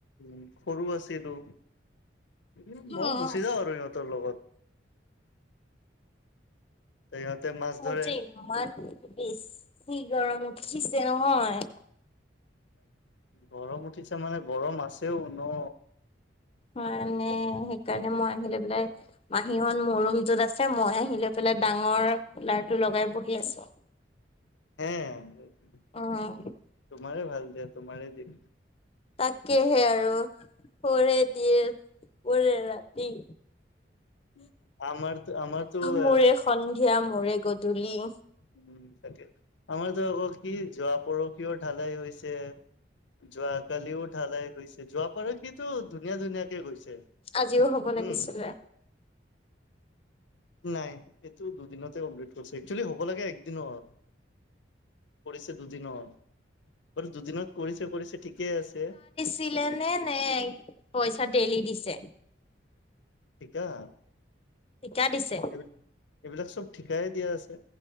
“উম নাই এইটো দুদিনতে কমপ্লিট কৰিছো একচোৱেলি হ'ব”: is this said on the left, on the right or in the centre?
Left